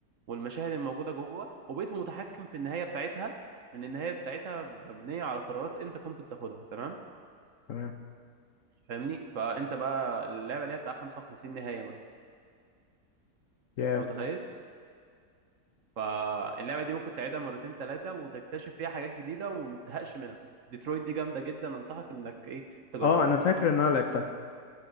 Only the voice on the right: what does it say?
والمشاهد الموجودة جوه وبقيت متحكم في النهاية بتاعتها لأن النهاية بتاعتها مبنية على قرارات أنت كنت بتاخدها تمام
فاهمني فأنت بقى اللعبة اللي هي بتاع 55 نهاية مثلا
أنت متخيل فاللعبة دي ممكن تعيدها مرتين ثلاثة وتكتشف فيها حاجات جديدة وما تزهقش منها ديترويت دي جامدة جدا أنصحك إنك إيه تجربها